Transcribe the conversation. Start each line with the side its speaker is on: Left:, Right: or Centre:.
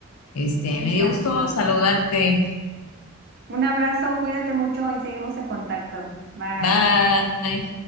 Left: Este,
Right: Sí,
Left: me dio
Right: amiga.
Left: gusto saludarte.
Right: Un abrazo, cuídate mucho y seguimos en contacto. Bye.
Left: Bye.